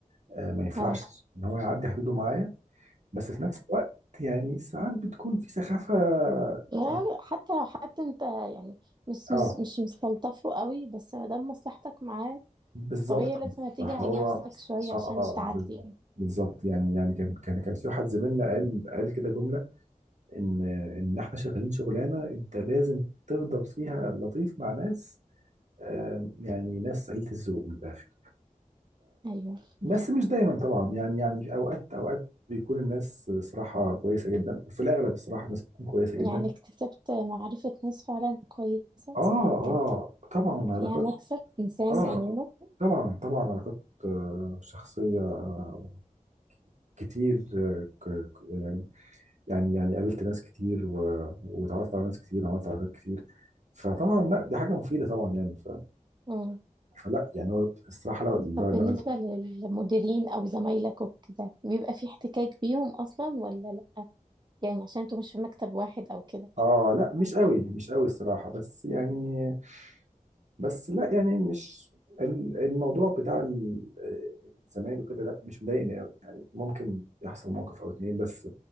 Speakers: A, on the right; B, on the right.
A: آه، ما ينفعش
B: اه
A: ان هو يعدي حدوده معايا بس في نفس الوقت يعني ساعات بتكون في سخافة
B: لا
A: يعني
B: حتى لو حد انت يعني مش
A: اه
B: مش مستلطفه قوي بس ما دام مصلحتك معاه
A: بالظبط
B: فطبيعي
A: ناتجة
B: لازم
A: عن
B: هتيجي
A: فهو
B: على نفسك شوية
A: اه
B: عشان تعدي
A: بالظبط
B: يعني
A: بالظبط يعني يعني كان كان كان في واحد زميلنا قال قال كده جملة ان ان احنا شغالين شغلانة انت لازم تفضل فيها لطيف مع ناس آم، يعني ناس قليلة الذوق من الاخر
B: ايوه
A: بس مش دايما طبعا يعني يعني في اوقات اوقات بيكون الناس صراحه كويسه جدا وفي الاغلب الصراحه الناس بتكون كويسه جدا
B: يعني اكتسبت معرفة ناس فعلا كويسة
A: اه اه
B: يعني كان
A: طبعا علاقات
B: فيها مكسب إنساني
A: اه
B: عموما
A: طبعا طبعا علاقات آه، شخصيه آه، كتير آه، ك- ك- يعني يعني يعني قابلت ناس كتير و- واتعرفت على ناس كتير وعملت علاقات كتير فطبعا لا دي حاجه مفيده طبعا يعني ف
B: مم.
A: فلا يعني هو الصراحه لو لو,
B: طب
A: لو
B: بالنسبة للمديرين أو زمايلك وكده بيبقى في احتكاك بيهم أصلا ولا لأ يعني عشان انتوا مش في مكتب واحد أو كده
A: اه لا مش قوي مش قوي الصراحه بس يعني بس لا يعني مش ال- الموضوع بتاع ال- الزمايل وكده لا مش مضايقني قوي يعني ممكن يحصل موقف او اتنين بس